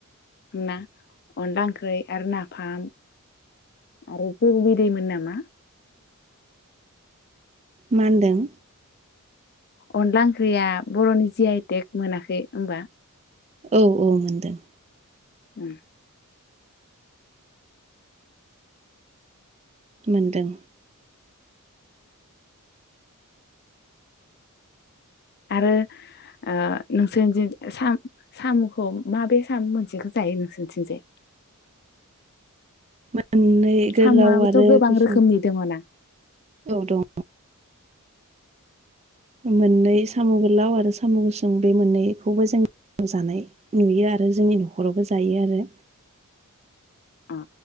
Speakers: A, on the left; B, on the right.
A: ना अनला ओंख्रि आरो नाफाम आरो जौ बिदैमोन नामा?
B: मा होनदों
A: अनला ओंख्रिया बर'नि जि आइटेक मोनाखै होमबा?
B: औ औ मोनदों
A: उम
B: मोनदों
A: आरो ओ नोंसोरनि साम'खौ माबे साम' मोनसेखौ जायो नोंसोरनिथिंजाय?
B: मोननै गोलाव
A: साम'आबोथ'
B: आरो
A: गोबां
B: गुसुं
A: रोखोमनि दङ ना
B: औ दङ मोननै साम' गोलाव आरो साम' गुसुं बे मोननैखौबो जों जानाय नुयो आरो जोंनि न'खरावबो जायो आरो
A: अ